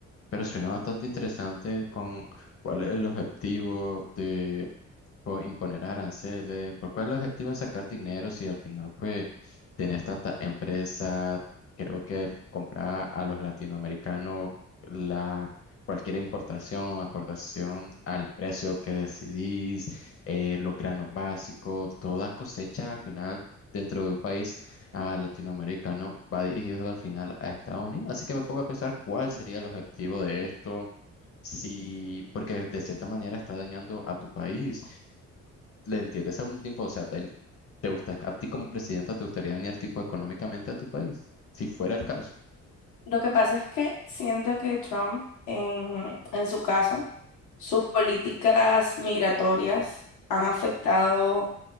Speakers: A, on the left; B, on the left.
A: pero suena bastante interesante con cuál es el objetivo de pues, imponer aranceles, pues, cuál es el objetivo de sacar dinero si al final pues tenés tantas empresas creo que comprar a los latinoamericanos la, cualquier importación, exportación al precio que decidís, eh, los granos básicos, toda cosecha al final dentro de un país ah, latinoamericano va dirigido al final a Estados Unidos. Así que me pongo a pensar cuál sería el objetivo de esto. Si, porque de cierta manera está dañando a tu país. ¿Le entiendes a un tiempo? O sea, dañ- ¿te gusta, a ti como presidenta, te gustaría dañar tipo económicamente a tu país? Si fuera el caso.
B: Lo que pasa es que siento que Trump, en, en su caso, sus políticas migratorias han afectado